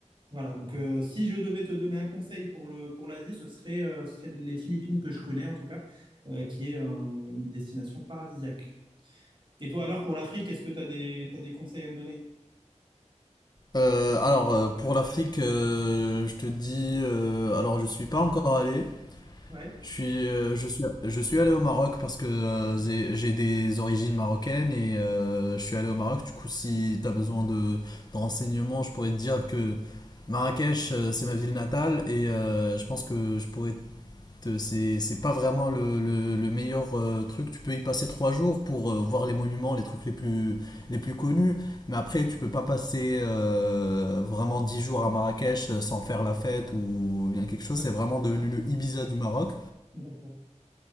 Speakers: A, on the right; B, on the left.
A: Voilà, donc euh, si je devais te donner un conseil pour le pour l'Asie, ce serait euh, ce serait les Philippines que je connais en tout cas, euh, qui est un- une destination paradisiaque. Et toi alors pour l'Afrique, est-ce que t'as des t'as des conseils à me donner?
B: Euh, alors, euh, pour l'Afrique, euh, je te dis, euh, alors je suis pas encore allé.
A: Ouais.
B: Je suis, euh, je suis, je suis allé au Maroc parce que euh, j'ai j'ai des origines marocaines et euh, je suis allé au Maroc. Du coup, si tu as besoin de, de renseignements, je pourrais te dire que Marrakech, euh, c'est ma ville natale et euh, je pense que je pourrais c'est c'est pas vraiment le, le- le meilleur euh, truc. Tu peux y passer trois jours pour euh, voir les monuments, les trucs les plus, les plus connus, mais après tu peux pas passer euh, vraiment dix jours à Marrakech euh, sans faire la fête ou bien quelque chose.
A: D'accord.
B: C'est vraiment devenu le Ibiza du Maroc.
A: D'accord.